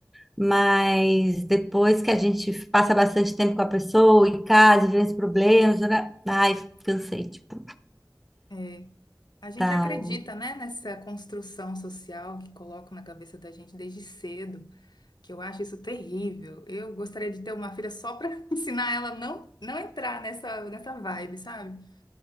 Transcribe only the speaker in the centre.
mas depois que a gente passa bastante tempo com a pessoa em casa, e vê os problemas, né, ai, cansei, tipo,
tal,